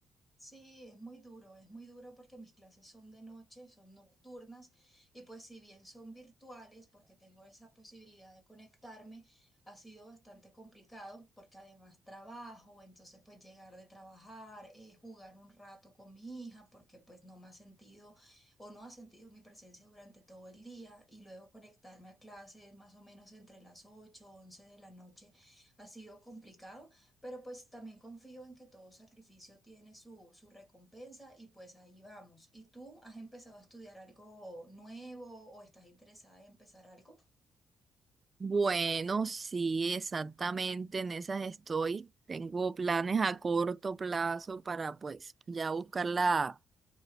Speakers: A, on the left (about 15°); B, on the right (about 30°).
A: Sí, es muy duro, es muy duro porque mis clases son de noche, son nocturnas y pues si bien son virtuales porque tengo esa posibilidad de conectarme, ha sido bastante complicado porque además trabajo, entonces pues llegar de trabajar, eh, jugar un rato con mi hija porque pues no me ha sentido o no ha sentido mi presencia durante todo el día y luego conectarme a clases más o menos entre las 8 o 11 de la noche ha sido complicado. Pero pues también confío en que todo sacrificio tiene su, su recompensa y pues ahí vamos. ¿Y tú has empezado a estudiar algo nuevo o estás interesada en empezar algo?
B: Bueno, sí, exactamente, en esas estoy. Tengo planes a corto plazo para pues ya buscar la,